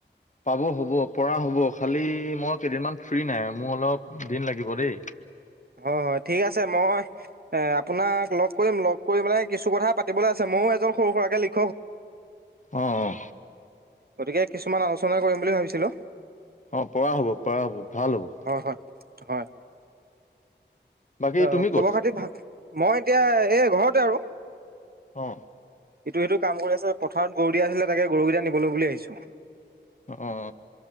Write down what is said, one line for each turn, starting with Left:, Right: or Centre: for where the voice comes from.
Left: পাব হ'ব পৰা হ'ব খালি মই কেইদিনমান ফ্ৰী নাই মোৰ অলপ দিন লাগিব দেই।
Right: হয়, হয় ঠিক আছে মই এ আপোনাক লগ কৰিম লগ কৰি মানে কিছু কথা পাতিবলৈ আছে ময়ো এজন সৰু সুৰাকে লিখ
Left: অ, অ।
Right: গতিকে কিছুমান আলোচনা কৰিম বুলি ভাবিছিলোঁ।
Left: অ পৰা হ'ব, পৰা হ'ব ভাল হব।
Right: হয় হয় হয়।
Left: বাকী
Right: অ
Left: তুমি
Right: খবৰ
Left: ক'ত।
Right: খাতি ভাল মই এতিয়া এই ঘৰতে আৰু।
Left: অ।
Right: ইটো সিটো কাম কৰি আছে পথাৰত গৰু দিয়া আছিলে তাকে গৰুকেইটা নিবলৈ বুলি আহিছো।
Left: অ